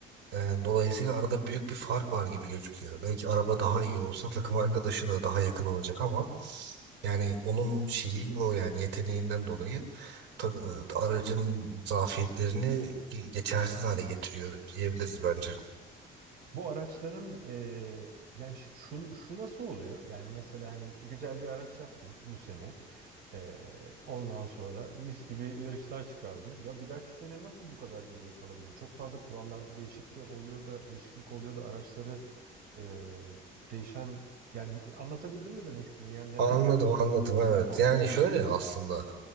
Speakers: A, on the right; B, on the right.
A: E, dolayısıyla arada büyük bir fark var gibi gözüküyor. Belki araba daha iyi olsa takım Hmm. arkadaşı da daha yakın olacak ama yani onun şeyi o yani yeteneğinden dolayı ta- aracın zafiyetlerini ge- geçersiz hale getiriyor diyebiliriz bence.
B: Bu araçların eee, yani şu, şu, şu nasıl oluyor? Yani mesela hani güzel bir araç yaptın bu sene. Eee, ondan sonra mis gibi yarışlar çıkardın. Ya bir dahaki sene nasıl bu kadar geriye kalabiliyor? Çok fazla kurallarda değişik de oluyor da değişiklik oluyor da araçları eee, değişen yani anlatabildim mi demek istedim? Yani neden
A: Anladım, anladım evet.
B: performansta
A: Yani şöyle
B: geri düşüyor?
A: aslında